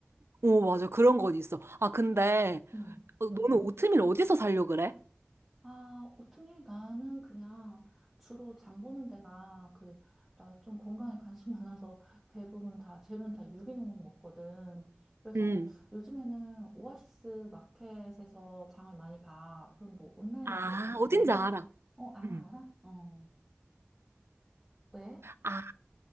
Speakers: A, on the right; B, in the centre.
A: 오, 맞아. 그런 건 있어. 아, 근데
B: 응.
A: 어, 너는 오트밀 어디서 살려 그래?
B: 아, 오트밀 나는 그냥 주로 장 보는 데가 그, 나 좀 건강에 관심 <laughs> 많아서 대부분 다, 재료는 다 유기농으로 먹거든. 그래서
A: 음.
B: 요즘에는 오아시스 마켓에서 장을 많이 봐. 그럼 뭐 온라인에서
A: 아,
B: 보는
A: 어딘지
B: 건데,
A: 알아.
B: 어, 알아,
A: 음.
B: 알아? 어, 왜?
A: 아,